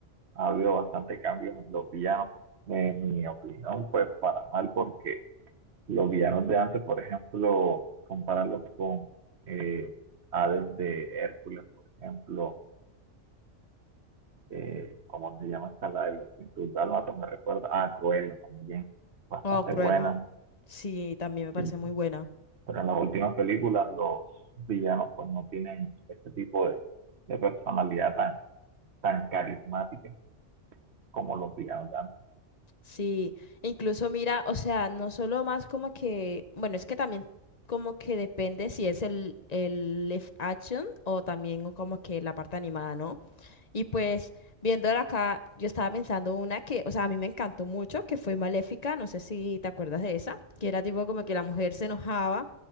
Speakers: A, on the right; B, on the left.
A: ha habido bastante cambios en los villanos. En mi opinión, pues para mal, porque los villanos de antes, por ejemplo, compararlos con eh, Hades de Hércules, por ejemplo, eh, ¿cómo se llama esta? La de los 100 dálmatas, me recuerda. Ah, Cruella también, bastante
B: Oh, Cruella.
A: buena.
B: Sí, también me parece
A: Sí,
B: muy
A: sí,
B: buena.
A: Pero en las últimas películas los villanos pues no tienen este tipo de, de personalidad tan, tan carismática como los villanos de antes.
B: Sí, incluso mira, o sea, no solo más como que, bueno, es que también como que depende si es el, el live action o también como que la parte animada, ¿no? Y pues viéndola acá, yo estaba pensando una que, o sea, a mí me encantó mucho, que fue Maléfica, no sé si te acuerdas de esa, que era tipo como que la mujer se enojaba